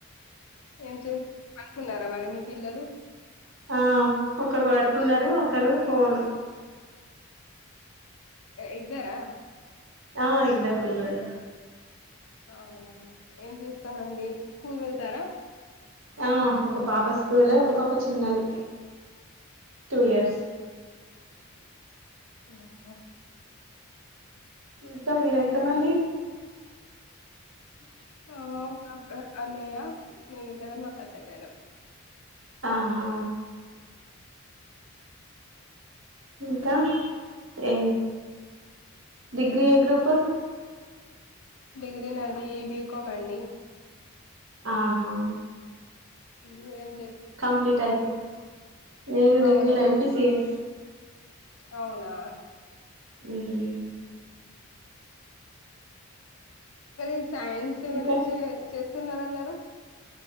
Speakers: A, on the left; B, on the right.
A: ఏం చే అనుకున్నారు మర మీ పిల్లలు
B: ఆ ఒకరు వడుకున్నరు ఒకరు ఫోన్
A: ఇద్దరా
B: ఆ ఇద్దరు పిల్లలు
A: అవునా ఏం చేస్తారండి స్కూల్ వెళ్తారా
B: ఆ ఒక పాప స్కూలు ఒక పాప చిన్నది టూ
A: అవునా
B: ఇయర్స్
A: ఓహో
B: ఇంకా మీరు ఎంతమంది
A: ఆ అన్నయ్య మేమిద్దరం అక్క చెల్లెలం
B: ఆహా ఇంకా ఏ డిగ్రీ ఏ గ్రూపు
A: డిగ్రీ నాది బికామ్ అండి
B: ఆహా
A: మీరేం చ
B: కంప్లీట్ అయిపే నేను డిగ్రీలో
A: అవునండి
B: ఎంపిసిఎస్
A: అవునా
B: హ్మ్
A: ప సైన్స్
B: ఇంకా
A: న్యూసే చేస్తున్నారన్నారు